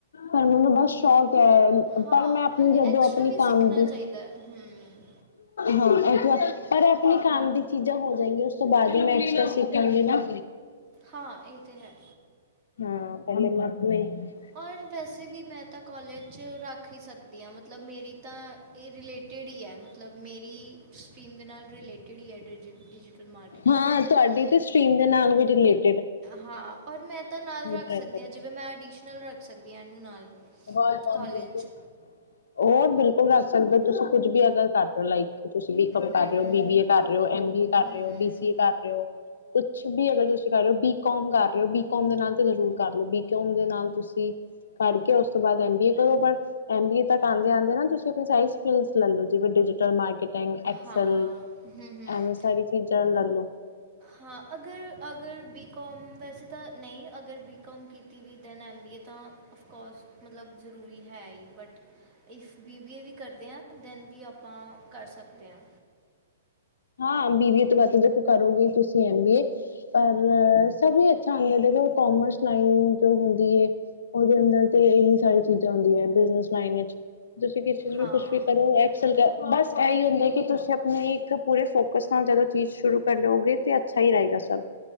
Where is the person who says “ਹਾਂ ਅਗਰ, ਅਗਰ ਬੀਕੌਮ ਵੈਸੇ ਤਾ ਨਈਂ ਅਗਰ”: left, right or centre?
Right